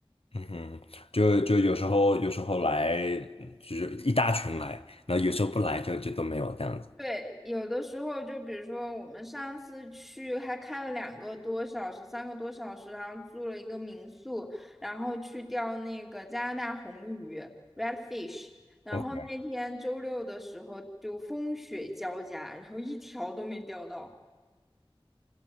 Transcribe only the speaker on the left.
嗯哼，就就有时候有时候来，嗯就是一大群来，然后有时候不来就就都没有这样子。
OK，